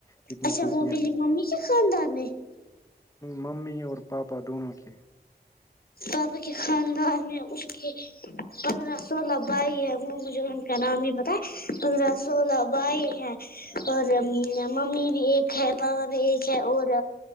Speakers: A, on the left; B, on the left.
A: کتنی
B: اچھا
A: پوپیاں
B: وہ میری
A: ہیں
B: ممی کے خاندان میں
A: ممی اور پاپا دونوں کے
B: پپا کے خاندان میں اس کے پندرہ سولہ بائی ہے وہ مجھے ان کا نام نہیں پتا پندرہ سولہ بائی ہے اور ممی بھی ایک ہے پاپا بھی ایک ہے اور